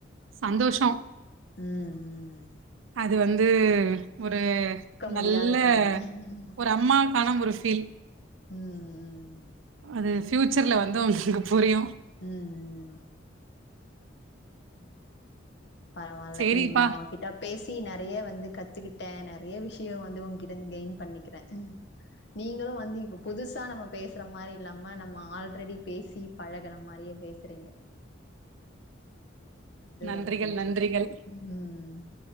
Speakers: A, on the right; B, on the left.
A: சந்தோஷ
B: உம் உம்
A: அது வந்து ஒரு
B: முடியாத
A: நல்ல
B: தருணோ ம்
A: ஒரு அம்மாக்கான ஒரு ஃபீல்
B: உம் உம்
A: அது ஃபியூட்சர்ல வந்து உங்ளுக்கு புரியு
B: உம் உம் பரவால்ல
A: சேரிப்பா
B: இன்னைக்கு நா உங்க கிட்ட பேசி நெறைய வந்து கத்துக்கிட்டே நெறைய விஷயோ வந்து உங்கிட்ட இருந்து கெயின் பண்ணிக்கிறே நீங்ளு வந்து இப்ப புதுசா நம்ம பேசுற மாரி இல்லாம நம்ம ஆல்ரெடி பேசி பழகன மாரியே பேசுறீங்க அது
A: நன்றிகள்
B: ரொம்ப புடிச்சு
A: நன்றிகள்
B: இருக்கு ம் ம்